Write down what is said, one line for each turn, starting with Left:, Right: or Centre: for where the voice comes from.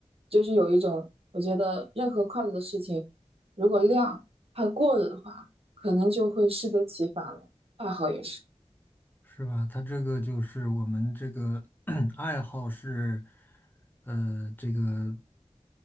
Right: 就是有一种我觉得任何快乐的事情，如果量太过了的话，可能就会适得其反了，爱好也是，
Left: 是吧？他这个就是我们这个 <clears throat> 爱好是，呃，这个